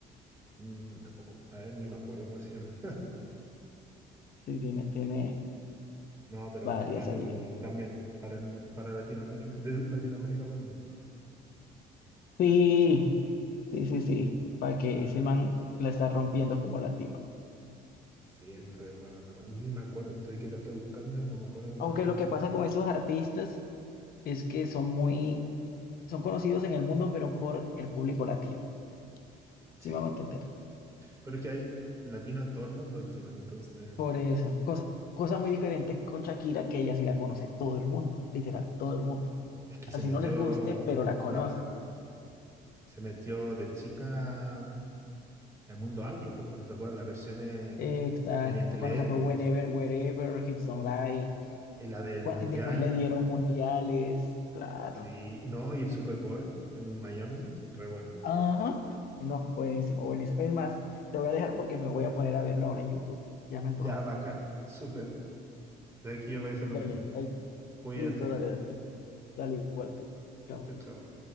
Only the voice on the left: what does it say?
Sí, tiene, tiene
varias
allí.
Sí, sí, sí, sí. Para que
ese man la está rompiendo como latino.
Aunque
lo
que pasa con esos artistas es que son muy, son conocidos en el mundo, pero por el público latino. Sí,
me vamos a entender.
Por Eso. Cosa, cosa muy diferente con Shakira, que ella sí la conoce todo el mundo, literal, todo el mundo.
así
no les guste, pero la conocen.
Exacto,
cuando sacó Whenever,
Wherever, Hips Don't Lie,
cua-
y después le dieron mundiales, claro.
Ajá, no, buenísimo, buenísimo. Es más, te voy a dejar porque me voy a poner a verlo ahora en YouTube. Ya me antojaste.
Dale,
ahí,
listo, dale, dale. Dale igual tú. Chao.